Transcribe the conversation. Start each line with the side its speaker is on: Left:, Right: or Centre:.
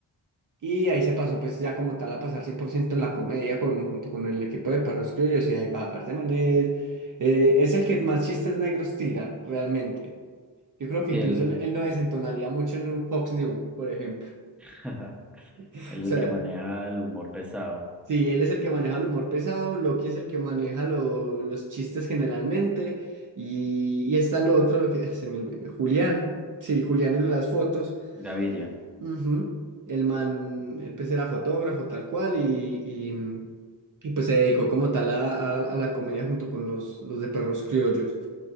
Right: Y ahí se pasó pues ya como tal a pasar 100% en la comedia con, junto con el equipo de Perros Criollos y ahí va, aparte man es, eh, es el que más chistes negros tira realmente. Yo creo que
Centre: Sí,
Right: incluso
Centre: él,
Right: él, él no desentonaría mucho en un Fox News, por ejemplo.
Centre: <laughs>
Right: <laughs>
Centre: él
Right: O
Centre: es
Right: sea,
Centre: el que maneja el humor pesado,
Right: sí, él es el que maneja el humor pesado, Loki es el que maneja lo- los chistes generalmente y, y está el otro que <laughs> se me olvidó, Julián. Sí, Julián en las fotos.
Centre: Gaviria.
Right: Ujú. El man, eh, pues era fotógrafo tal cual y, y, mm, y, pues se dedicó como tal a, a- a la comedia junto con los, los de perros criollos.